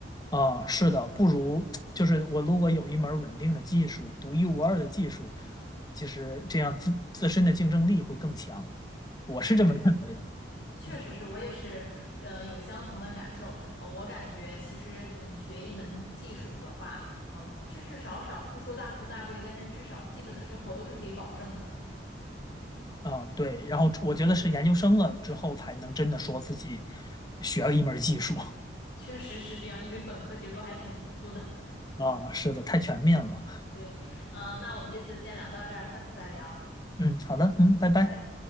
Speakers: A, on the left; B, on the left.
A: 啊，是的，不如就是我如果有一门儿稳定的技术，独一无二的技术，其实这样自自身的竞争力会更强，我是这么认为的
B: 确实是，确实是我也是，呃，有相同的感受。呃，我感觉其实你学一门技术的话，嗯、呃至至少少不说大富大贵，但是至少基本的生活都是可以保证的。
A: 啊。对，然后我觉得是研究生了之后才能真的说自己学了一门儿技术
B: 确实是这样，因为本科其实都还挺糊涂的。
A: 啊。是的，太全面了。
B: 对，嗯、那我们这次先聊到这儿，下次再聊，
A: 嗯，好的，嗯，拜拜。
B: 拜拜。